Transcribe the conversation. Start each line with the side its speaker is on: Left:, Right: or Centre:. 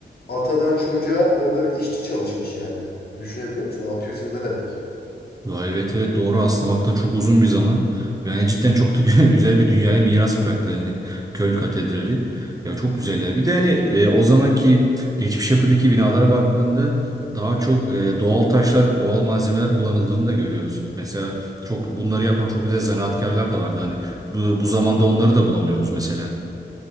Left: atadan çocuğa orada bir işçi çalışmış yani. Düşünebiliyor musun? 600 yıl ne demek?
Right: Ya evet evet doğru aslamaktan çok uzun bir zaman. Yani cidden çok da <laughs> güzel bir dünyaya miras bıraktı hani Köln Katedrali. Ya çok güzel ya. Bir de hani e, o zamanki geçmiş yapıdaki binalara baktığında daha çok e, doğal taşlar, doğal malzemeler kullanıldığını da görüyoruz. Mesela çok bunları yapan çok güzel zanaatkarlar da vardı hani. Bu, bu zamanda onları da bulamıyoruz mesela.